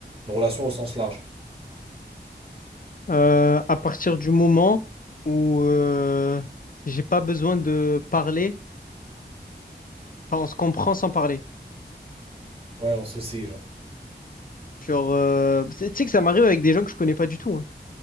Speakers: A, on the right; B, on the left.
A: Une relation au sens large.
B: Euh, à partir du moment où euh, j'ai pas besoin de parler, enfin, on se comprend sans parler.
A: Ouais, on se sait, genre.
B: Genre, euh, tu sais que ça m'arrive avec des gens que je connais pas du tout. hein.